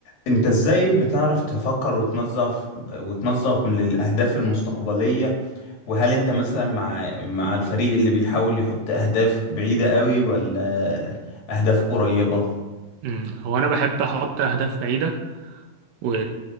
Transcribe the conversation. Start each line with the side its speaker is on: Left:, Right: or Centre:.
Left: انت ازاي بتعرف تفكر وتنظف وتنظف من الاهداف المستقبلية وهل انت مثلا مع مع الفريق اللي بيحاول يحط اهداف بعيدة قوي ولا اهداف قريبة
Right: امم هو انا بحب احط اهداف بعيده و...